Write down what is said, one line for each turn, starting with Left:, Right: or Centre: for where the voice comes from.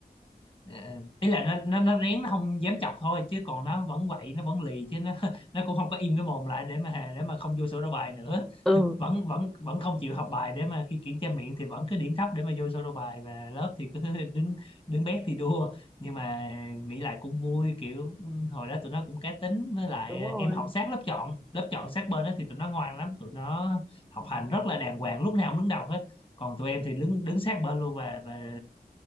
Left: Ờ, ý là nó nó nó rén nó không dám chọc thôi chứ còn nó vẫn quậy nó vẫn lì chứ nó <laughs> nó cũng không có im cái mồm lại để mà để mà không vô sổ đầu bài nữa
Centre: ừ
Left: vẫn vẫn vẫn không chịu học bài để mà khi kiểm tra miệng thì vẫn cứ điểm thấp để mà vô sổ đầu bài và lớp thì cứ <laughs> đứng đứng bét thì đua nhưng mà nghĩ lại cũng vui kiểu hồi đó tụi nó cũng cá tính với lại
Centre: đúng
Left: ờ,
Centre: rồi
Left: em học sát lớp chọn lớp chọn sát bên đó thì tụi nó ngoan lắm tụi nó học hành rất là đàng hoàng lúc nào cũng đứng đầu hết còn tụi em thì đứng đứng sát bên luôn và và